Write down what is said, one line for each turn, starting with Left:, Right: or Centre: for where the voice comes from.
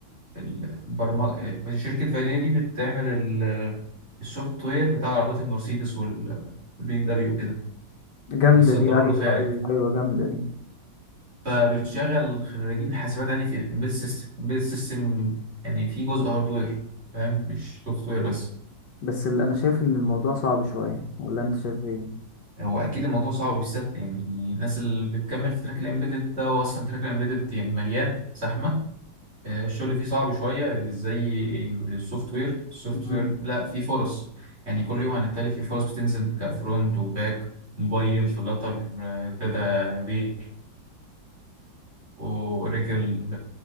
Right: البرمج... شركة فاليا دي بتعمل ال- السوفت وير بتاع العربيات المرسيدس وال- والبي ام دبليو وكده
Left: جامدة
Right: بتصدره
Left: دي أيوة
Right: للخارج
Left: أيوة أيوة جامدة دي
Right: فبتشغل خريجين حاسبات عادي في امبيد سيستم امبيد سيستم يعني في جزء هاردوير فاهم مش سوفت وير بس
Left: بس اللي أنا شايف إن الموضوع صعب شوية ولا أنت شايف إيه؟
Right: هو اكيد الموضوع صعب مش سهل يعني الناس اللي بتكمل في تراك الامبيدد ده هو اصلا تراك الامبيدد يعني مليان زحمة آه، الشغل فيه صعب شوية مش زي السوفت وير السوفت
Left: مم.
Right: وير لا فيه فرص يعني كل يوم عن التالي فيه فرص بتنزل كفرونت وباك موبايل فلاتر داتا بيز اوراكل